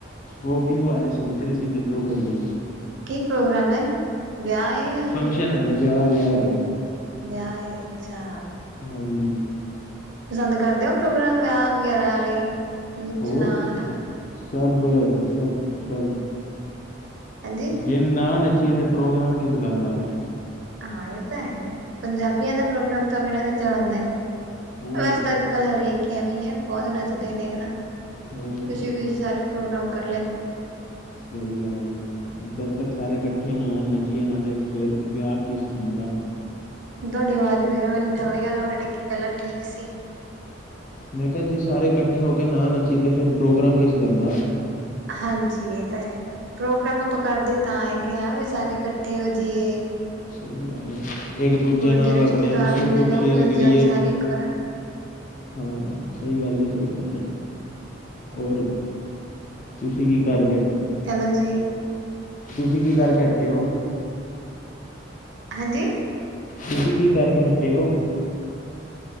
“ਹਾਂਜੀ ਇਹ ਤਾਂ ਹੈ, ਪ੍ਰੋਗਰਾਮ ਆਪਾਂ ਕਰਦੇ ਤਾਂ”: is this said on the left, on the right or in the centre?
Right